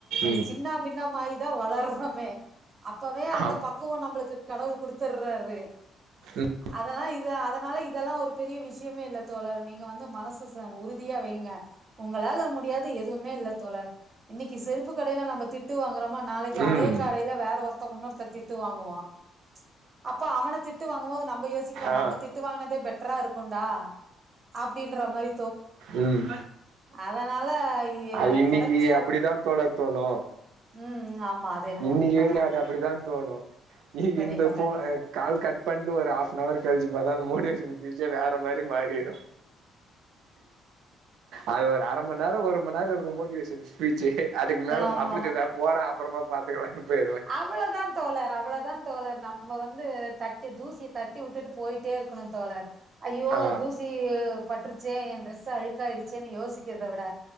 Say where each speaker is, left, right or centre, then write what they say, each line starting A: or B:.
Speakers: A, on the right; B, on the right.
A: ம்
B: சின்னா பின்னாமாயி தா வளர்றோமே அப்பவே அந்த
A: ஆம்
B: பக்குவ நம்பளுக்கு கடவுள் குடுத்துர்றாரு
A: ம்
B: அதெல்லா இது அதனால இதெல்லா ஒரு பெரிய விஷயமே இல்ல தோழர் நீங்க வந்து மனசு உறுதியா வைங்க உங்களால முடியாது எதுவுமே இல்ல தோழர் இன்னைக்கு செருப்பு கடையில நம்ம திட்டு வாங்குறோமா நாளைக்கு அதே
A: ம்
B: கடையில வேற ஒருத்த இன்னொருத்த திட்டு வாங்குவா அப்போ அவன திட்டு வாங்கு போது நம்ம யோசிக்லா
A: ஆ
B: நம்ம திட்டு வாங்னதே பெட்டரா இருக்குன்டா அப்டின்ற மாரி
A: ம்
B: அதனால
A: அது இன்னைக்கு
B: கெடச்ச
A: அப்டிதா தோழர் தோணு
B: ம் ம் ஆமா என்னமோ
A: இன்னைக்கு
B: உண்மதா
A: வரியு அது அப்டித்தா தோணு
B: கண்டிப்பா
A: இந்த ஃபோ
B: கண்டி
A: <unintelligible> கால் கட் பண்ட்டு ஒரு ஆஃப்னவர் கழிச்சி பாத்தா அந்த மோட்டிவேஷன் மோட்டிவேஷன் வேற மாரி மாறிரு அது ஒரு அரமண்நேரோ ஒரு மண்நேர இருக்கு மோட்டிவேஷன் ஸ்பீச்சு அதுக்கு மேல
B: ஆமாமா
A: மறந்துட்டு போடா அப்புறமா பாத்துக்கலானு போயிருவ
B: அவ்வளதா தோழர் அவ்வளதா தோழர் நம்ம வந்து தட்டி தூசிய தட்டி உட்டுட்டு போயிட்டே இருக்கணு தோழர் ஐயோ
A: ஆ
B: தூசி பட்டுருச்சே எ ட்ரெஸ் அழுக்காயிடுச்சேனு யோசிக்கிறத விட